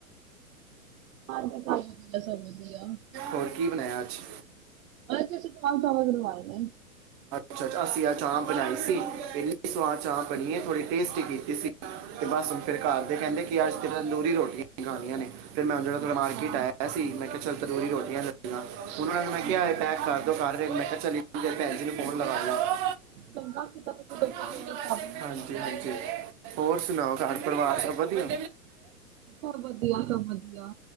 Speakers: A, on the right (about 60°); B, on the right (about 30°).
A: ਹਾਂਜੀ ਸਭ ਵਧੀਆ ਸਭ ਵਧੀਆ
B: ਹੋਰ ਕੀ, ਬਣਾਇਆ ਅੱਜ?
A: ਉਹਦੇ ਚ ਅਸੀਂ ਦਾਲ ਚਾਵਲ ਬਣਵਾਏ ਨੇ।
B: ਅੱਛਾ, ਅਸੀ ਅੱਜ ਚਾਂਪ ਬਣਾਈ ਸੀ। ਸਵਾਦ ਚਾਂਪ ਬਣੀ ਏ, ਥੋੜੀ ਟੇਸਟੀ ਕੀਤੀ ਸੀ, ਤੇ ਬਸ ਫਿਰ ਘਰ ਦੇ ਕਹਿੰਦੇ ਕਿ, ਅੱਜ ਤੇ ਤੰਦੂਰੀ ਰੋਟੀਆਂ ਖਾਣੀਆਂ ਨੇ ਫਿਰ ਮੈਂ, ਜਿਹੜਾ ਥੋੜ੍ਹਾ
A: ਅੱਛਾ,
B: ਮਾਰਕੀਟ ਆਇਆ ਸੀ, ਮੈਂ ਕਿਹਾ ਚੱਲ ਤੰਦੂਰੀ ਰੋਟੀਆਂ ਲੈ ਲਾ ਹੁਣ ਉਹਨਾਂ
A: ਅੱਛਾ-ਅੱਛਾ
B: ਨੂੰ ਮੈਂ ਕਿਹਾ, ਇਹ ਪੈਕ ਕਰ ਦੋ ਘਰ ਫੇਰ ਮੈਂ ਕਿਹਾ ਚਲ, ਭੈਣਜੀ ਨੂੰ ਫੋਨ ਲਗਾਣਾ
A: <unintelligible>
B: <inaudible>
A: ਕੋਲ ਕਰ ਲਈ ਹੋਰ
B: ਹਾਂਜੀ-ਹਾਂਜੀ
A: ਕੀ।
B: ਹੋਰ ਸੁਣਾਓ? ਘਰ ਪਰਿਵਾਰ ਸਭ ਵਧੀਆ?
A: ਸਭ ਵਧੀਆ -ਸਭ ਵਧੀਆ,